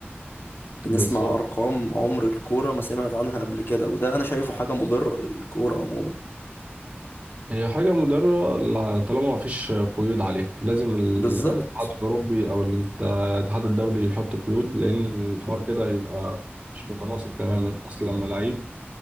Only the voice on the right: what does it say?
بالظبط
هي حاجة مضرة ل- طالما مفيش قيود عليها لازم الاتحاد
الأوروبي أو الت- الاتحاد الدولي يحط قيود لأن الحوار كده يبقى مش متناسق تماما أصل لما لعيب